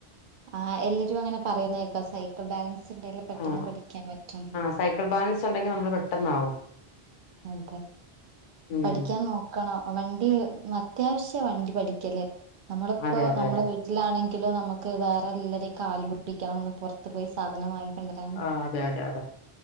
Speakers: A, on the right (about 55°); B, on the left (about 55°).
A: ആഹ് എല്ലരും അങ്ങനെ പറയുന്ന കേക്കാ, സൈക്കിൾ ബാലൻസ്ണ്ടെങ്കില് പെട്ടെന്ന്
B: ആ
A: പഠിക്കാൻ പറ്റുന്ന്
B: ആ സൈക്കിൾ ബാലൻസുണ്ടെങ്കിൽ നമ്മൾ പെട്ടെന്നാവും
A: ഉം
B: ഉം
A: പഠിക്കാൻ നോക് ക്കണോ, വണ്ടി അത്യാവശ്യ വണ്ടി പടിക്കല്, നമ്മളിപ്പോ
B: അതെ അതെ
A: നമ്മളവീ
B: അതെ
A: ട്ടിലാണെങ്കിലും നമുക്ക് വേറെ എല്ലാരേം കാല്പിടിക്കണംഒന്ന് പൊർത് ത് പോയി സാധനം വാങ്ങിക്കൊണ്ടരാന്
B: ആ അതെ അതെ അതെ